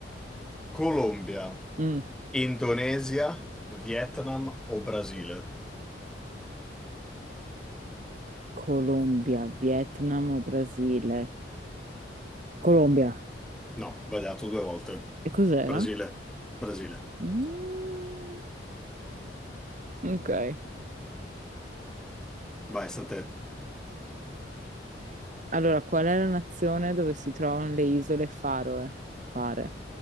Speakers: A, in the centre; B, on the right (about 40°).
A: Colombia,
B: Mm.
A: Indonesia, Vietnam o Brasile?
B: Colombia, Vietnam o Brasile? Colombia.
A: No, sbagliato due volte.
B: E cos'era?
A: Brasile, Brasile.
B: Mm. Ok.
A: Vai, sta a te.
B: Allora, qual è la nazione dove si trovano le isole Faroe? Fare.